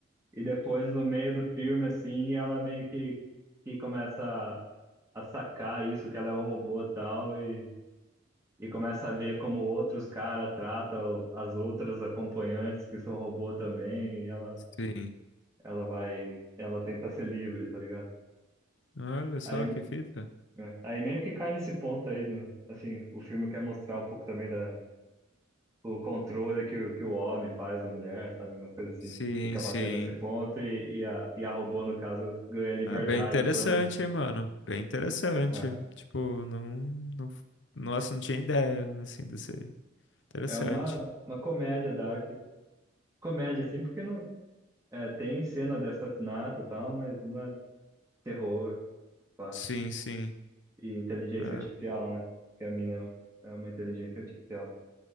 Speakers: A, on the right; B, on the left.
A: E depois, no meio do filme, assim, ela meio que, que começa a, a sacar isso, que ela é um robô e tal, e, e começa a ver como outros caras tratam as outras acompanhantes que são robô também, e ela
B: sim,
A: ela vai, ela tenta ser livre, tá ligado?
B: olha só
A: Aí,
B: que fita,
A: é, aí meio que cai nesse ponto aí, no, assim, o filme quer mostrar um pouco também da, o controle que, o- que o homem faz da mulher, sabe? Umas coisas assim.
B: sim,
A: Fica batendo
B: sim.
A: nesse ponto e, e, a, e a robô, no caso, ganha liberdade
B: Ah, bem interessante,
A: quando.
B: hein, mano? Bem interessante.
A: É,
B: Tipo, não, não. Nossa, não tinha ideia, assim, desse. Interessante.
A: é uma, uma comédia dark. Comédia, assim, porque não, é, tem cena de assassinato e tal, mas não é terror, pá.
B: Sim, sim.
A: E inteligência
B: É.
A: artificial, né? Porque a mina é uma inteligência artificial.